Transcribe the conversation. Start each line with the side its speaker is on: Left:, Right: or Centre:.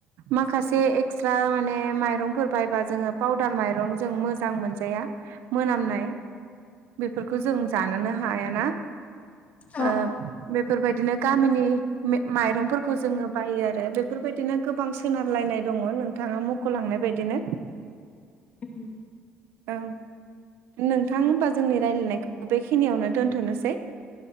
Right: माखासे एक्सट्रा माने माय रंफोर बायबा जोङो फाउदार मायरं जों मोजां मोनजाया मोनामनाय बेफोरखौ जों जानोनो हायाना
Left: औ औ
Right: ओ बेफोरबायदिनो गामिनि मे माइरंफोरखौ जोङो बायो आरो बेफोरबायदिनो गोबां सोनारलायनाय दङ नोंथाङा मख'लांनाय बायदिनो
Left: <unintelligible>
Right: औ नोंथां होनबा जोंनि रायलायनायखौ बेखिनियावनो दोन्थ'नोसै